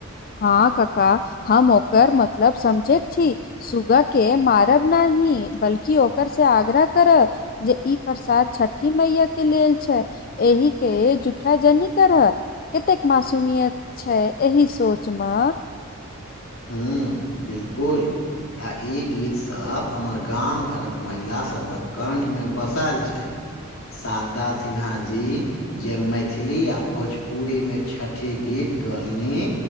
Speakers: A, on the left (about 40°); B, on the left (about 70°).
A: हँ कक्का हम ओकर मतलब समझैत छी सुगा के मारब न ही बल्कि ओकर से आग्रह करब जे ई प्रसाद छठी मैया के लेल छै एहि के झूठा जनी करह कतेक मासूमियत छै एहि सोच सोच मा
B: हूँ बिल्कुल आ ई गीतसभ हमर गाम घरक महिलासभक कण्ठमे बसायल छै शारदा सिन्हा जी जे मैथिली आ भोजपुरीमे छठि गीत गलनी